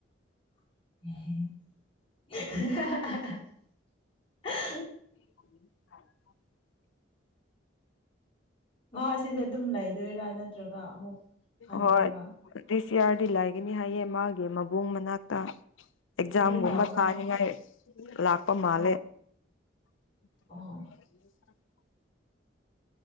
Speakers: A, on the left (about 30°); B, on the left (about 80°).
A: <unintelligible>
B: <unintelligible> <unintelligible>
A: ꯃꯍꯥꯛ ꯁꯤꯗ ꯑꯗꯨꯝ ꯂꯩꯗꯣꯏꯔꯥ ꯅꯠꯇ꯭ꯔꯒ ꯑꯃꯨꯛ ꯍꯟꯗꯣꯏꯔꯥ
B: ꯍꯣꯏ ꯗꯤꯁ ꯌꯥꯔꯗꯤ ꯂꯩꯒꯅꯤ ꯍꯥꯏꯌꯦ ꯃꯥꯒꯤ ꯃꯕꯨꯡ ꯃꯅꯥꯛꯇ꯫ ꯑꯦꯛꯖꯥꯝꯒꯨꯝꯕ
A: ꯀꯔꯤ ꯇꯧꯕ꯭ꯔꯥ
B: ꯊꯥꯅꯤꯡꯉꯥꯏ ꯂꯥꯛꯄ ꯃꯥꯜꯂꯦ
A: ꯑꯣ
B: <unintelligible>
A: ꯑꯣ